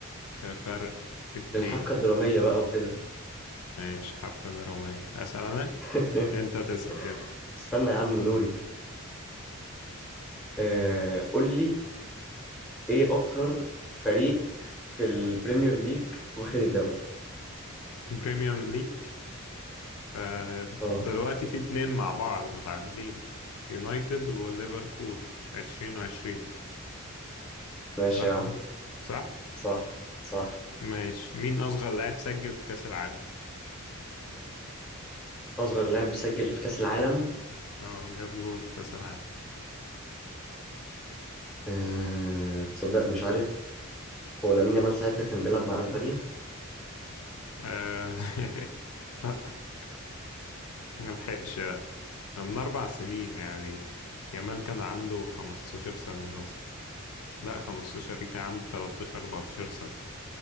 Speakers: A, on the left; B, in the centre.
A: كده فرق اتنين
B: للحبكة الدرامية بقى وكده
A: ماشي حبكة درامية أسأل أنا؟
B: <laughs>
A: أنت تسأل يلا
B: استنى يا عم دوري آه قول لي ايه اكتر فريق في البريمير ليج واخد الدوري
A: بريميوم ليج آه،
B: اه
A: دلوقتي في اتنين مع بعض متعادلين يونايتد وليفربول عشرين وعشرين
B: ماشي
A: صح
B: يا عم
A: اهو صح
B: صح صح
A: ماشي مين أصغر لاعب سجل في كأس العالم
B: اصغر لاعب سجل في كأس العالم
A: اه جاب جول في كأس العالم
B: آه تصدق مش عارف هو لامين يامال ساعتها كان بيلعب مع اسبانيا
A: آه، <laughs> لا ما لحقش لا من أربع سنين يعني يامال كان عنده خمستاشر سنة مثلا لا خمستاشر كان عنده تلاتاشر أربعتاشر سنة